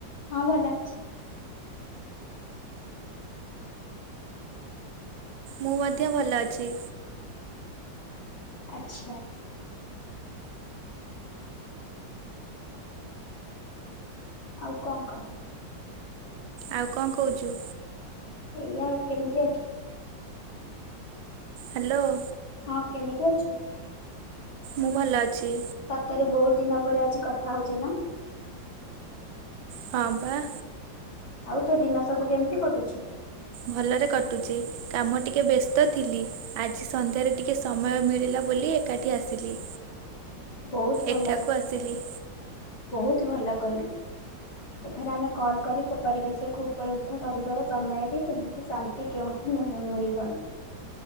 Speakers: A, on the left; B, on the right.
A: ହଁ ଭଲ ଅଛି।
B: ମୁଁ ମଧ୍ୟ ଭଲ ଅଛି।
A: ଆଚ୍ଛା। ଆଉ କଣ କହ?
B: ଆଉ କଣ କହୁଚୁ?
A: ଏଇଆ ଆଉ କେମିତି ଅଛି?
B: ହ୍ୟାଲୋ।
A: ହଁ କେମିତି ଅଛି?
B: ମୁଁ ଭଲ ଅଛି।
A: ସତରେ ବହୁତ ଦିନ ପରେ ଆଜି କଥା ହଉଚେ ନା?
B: ହଁ ପା।
A: ଆଉ ତୋ ଦିନ ସବୁ କେମିତି କଟୁଛିି?
B: ଭଲରେ କଟୁଛି। କାମ ଟିକେ ବ୍ୟସ୍ତ ଥିଲି। ଆଜି ସନ୍ଧ୍ୟାରେ ଟିକେ ସମୟ ମିଳିଲା ବୋଲି ଏକାଠି ଆସିଲି
A: ବହୁତ ଭଲ
B: ଏଠାକୁ ଆସିଲି।
A: ବହୁତ ଭଲ କଲୁ। ଏଠାରେ ଆମେ କଲ୍ କରି ପରିବେଶକୁ ଉପଲବ୍ଧ କରିବାର ସମୟରେ ଏମିତି ଶାନ୍ କି କେଉଁଠି ମିଳିବନି।